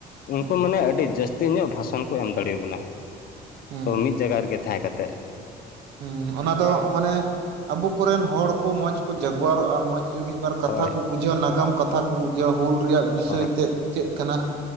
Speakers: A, on the left; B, on the right.
A: ᱩᱱᱠᱩ
B: ᱦᱩᱸ
A: ᱢᱟᱱᱮ ᱟᱹᱰᱤ ᱡᱟᱹᱥᱛᱤ ᱧᱚᱜ ᱵᱷᱟᱥᱚᱱ ᱠᱚ ᱮᱢ ᱫᱟᱲᱮᱭᱟᱵᱚᱱᱟ
B: ᱦᱩᱸ
A: ᱛᱚ ᱢᱤᱫ ᱡᱟᱭᱜᱟ ᱨᱮᱜᱮ ᱛᱟᱦᱮᱸ ᱠᱟᱛᱮᱫ ᱾
B: ᱦᱮᱸ ᱚᱱᱟ ᱫᱚ ᱢᱟᱱᱮ ᱟᱵᱚ ᱠᱚᱨᱮᱱ ᱦᱚᱲ ᱠᱚ ᱢᱚᱡᱽ ᱠᱚ ᱡᱟᱜᱽᱣᱟᱨᱚᱜᱼᱟ ᱢᱚᱡᱽ ᱾ ᱮ ᱢᱤᱫ ᱵᱟᱨ ᱠᱟᱛᱷᱟ
A: ᱦᱳᱭ
B: ᱠᱚ ᱵᱩᱡᱷᱟᱹᱣᱟ, ᱱᱟᱜᱟᱢ ᱠᱟᱛᱷᱟ ᱠᱚ ᱵᱩᱡᱷᱟᱹᱣᱟ, ᱦᱩᱞ ᱨᱮᱭᱟᱜ ᱵᱤᱥᱚᱭ
A: ᱦᱳᱭ
B: ᱛᱮᱫ ᱪᱮᱫ ᱠᱟᱱᱟ?